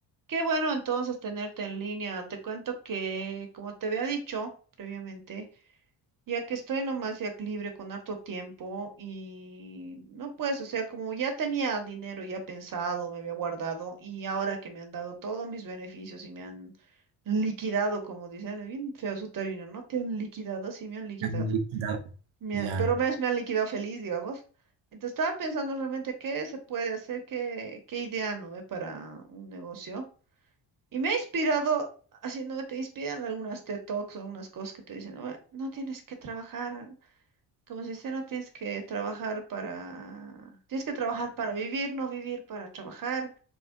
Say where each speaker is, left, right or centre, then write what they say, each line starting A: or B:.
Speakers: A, on the right; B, on the right.
A: Qué bueno entonces tenerte en línea. Te cuento que, como te había dicho previamente, ya que estoy nomás ya libre con harto tiempo y no pues, o sea, como ya tenía dinero ya pensado, me había guardado y ahora que me han dado todos mis beneficios y me han liquidado, como dicen, es bien feo su término, ¿no? Te han liquidado, sí, me han liquidado.
B: han liquidado.
A: Me
B: Ya,
A: han- pero me, me han liquidado feliz, digamos. Entonces estaba pensando realmente qué se puede hacer, qué, qué idea, ¿no ve? Para un negocio. Y me ha inspirado, así no, te inspiran algunas TED Talks o algunas cosas que te dicen, no, eh, no tienes que trabajar, como se dice, no tienes que trabajar para, tienes que trabajar para vivir, no vivir para trabajar.